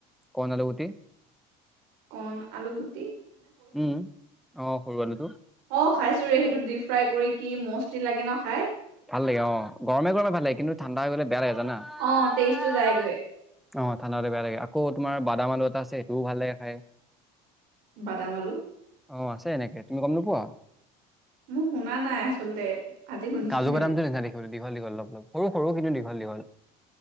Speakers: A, in the centre; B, on the right.
A: কণ আলুগুটি।
B: কণ আলুগুট
A: উম, অ', সৰু আলুটো।
B: অ', খাইছোঁ ৰে, সেইটো ডিপ ফ্ৰাই কৰি কি মস্তি লাগে ন' খাই?
A: ভাল লাগে অ', গৰমে, গৰমে ভাল লাগে কিন্তু ঠাণ্ডা হৈ গ'লে বেয়া লাগে জানা? <unintelligible>
B: অ', টেষ্টটো যায়গৈ
A: অ', ঠাণ্ডা হ'লে বেয়া লাগে, আকৌ তোমাৰ বাদাম আলু এটা আছে সেইটোও ভাল লাগে খায়।
B: বাদাম আলু?
A: অ', আছে এনেকে তুমি গ'ম নোপোৱা?
B: মোৰ শুনা নাই আচলতে। আজি শুনিছো
A: কাজু
B: সেইটো।
A: বাদামটো নিচিনা দেখিবলৈ দীঘল, দীঘল অলপ, অলপ সৰু, সৰু কিন্তু দীঘল, দীঘল।